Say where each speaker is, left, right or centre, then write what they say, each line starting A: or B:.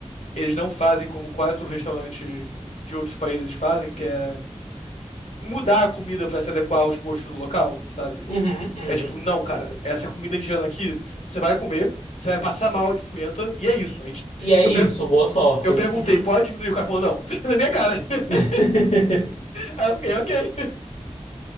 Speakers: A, on the left; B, on the left.
A: eles não fazem como quase todo restaurante de outros países fazem, que é mudar a comida pra se adequar aos gostos do local, sabe?
B: Uhum, uhum.
A: É tipo, não, cara, essa comida indiana aqui, você vai comer, você vai passar mal de pimenta, e é isso. A gente,
B: E é isso,
A: eu, per-
B: boa sorte.
A: eu perguntei,
B: Uhum.
A: pode diminuir? O cara falou, não, <laughs> na minha cara. <laughs>
B: <laughs>
A: Aí eu fiquei, ok.